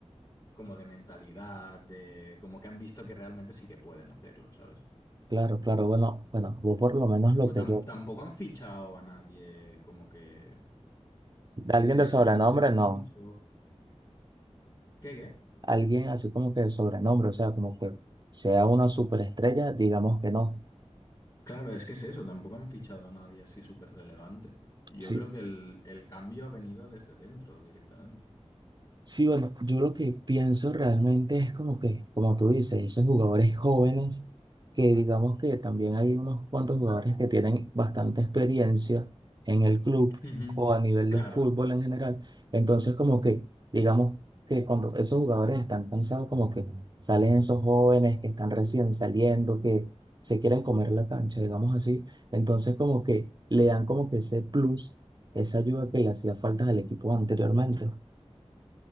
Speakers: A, on the left; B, on the right.
A: como de mentalidad, de como que han visto que realmente sí que pueden hacerlo, ¿sabes?
B: claro, claro. Bueno, bueno, yo por lo menos lo
A: Pero
B: que
A: tam-
B: yo.
A: tampoco han fichado a nadie como que, que
B: Alguien
A: les haya
B: de
A: servido
B: sobrenombre,
A: de mucho.
B: no.
A: ¿Qué, qué?
B: Alguien así como que de sobrenombre, o sea, como que sea una superestrella, digamos que no.
A: Claro, es que es eso, tampoco han fichado a nadie así súper relevante. Yo
B: Sí.
A: creo que el, el cambio ha venido desde dentro directamente.
B: Sí, bueno, yo lo que pienso realmente es como que, como tú dices, esos jugadores jóvenes, que digamos que también hay unos cuantos jugadores que tienen bastante experiencia en el club
A: Ujú.
B: o a nivel
A: Claro,
B: del fútbol en general. Entonces, como que, digamos que cuando esos jugadores están cansados, como que salen esos jóvenes que están recién saliendo, que se quieren comer la cancha, digamos así. Entonces, como que le dan como que ese plus, esa ayuda que le hacía falta al equipo anteriormente.